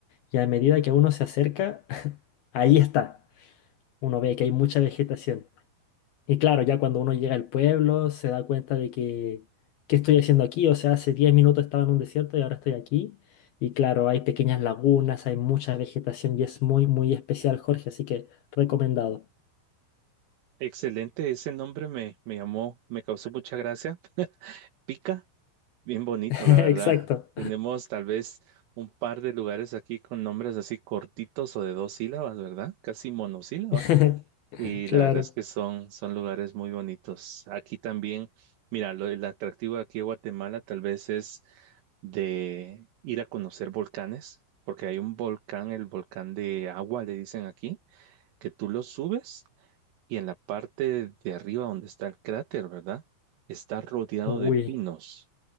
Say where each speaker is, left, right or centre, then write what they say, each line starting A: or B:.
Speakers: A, on the left (about 75°); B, on the right (about 75°).
A: Y a medida que uno se acerca, <laughs> ahí está. Uno ve que hay mucha vegetación. Y claro, ya cuando uno llega al pueblo se da cuenta de que, ¿qué estoy haciendo aquí? O sea, hace 10 minutos estaba en un desierto y ahora estoy aquí. Y claro, hay pequeñas lagunas, hay mucha vegetación y es muy, muy especial, Jorge, así que recomendado.
B: Excelente, ese nombre me, me llamó, me causó mucha gracia. Pica, bien bonito,
A: <laughs>
B: la verdad.
A: Exacto.
B: Tenemos tal vez un par de lugares aquí con nombres así cortitos o de dos sílabas, ¿verdad? Casi monosílaba.
A: <laughs>
B: Y
A: Claro.
B: la verdad es que son, son lugares muy bonitos. Aquí también, mira, lo, el atractivo aquí en Guatemala tal vez es de ir a conocer volcanes, porque hay un volcán, el volcán de agua, le dicen aquí, que tú lo subes y en la parte de arriba donde está el cráter, ¿verdad? Está rodeado
A: Uy,
B: de pinos.